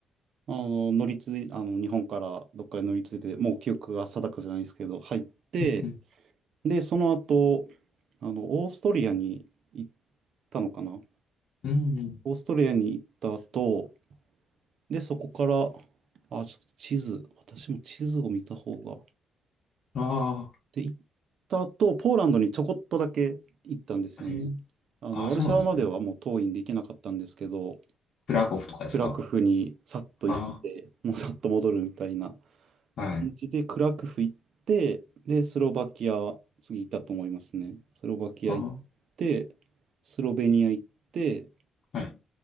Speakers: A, on the right; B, on the left.
A: あの、乗り継い、あの、日本からどっかに乗り継いで、もう記憶が定かじゃないですけど、入って、
B: うん、うん。
A: で、その後、あの、オーストリアに行ったのかな
B: うん
A: オーストリアに行った後、で、そこから、あ、ちょっと地図、私も地図を見た方が
B: あ
A: で、行った後、ポーランドにちょこっとだけ行ったんですよね。
B: あー、あれ、
A: あの、
B: ああ、
A: ワルシャワまではもう遠いんで行けなかったんですけど、
B: そうなんですね。クラコフとかですか
A: クラクフにさっと行って、
B: あ
A: もうさっと戻るみたいな
B: あ、はい。
A: 感じで、クラクフ行って、で、スロバキア、次行ったと思いますね。スロバキア行って、
B: ああ、
A: スロベニア行って、
B: はい。